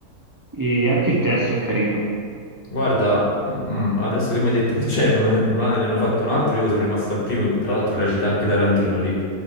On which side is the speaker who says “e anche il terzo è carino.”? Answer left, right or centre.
Right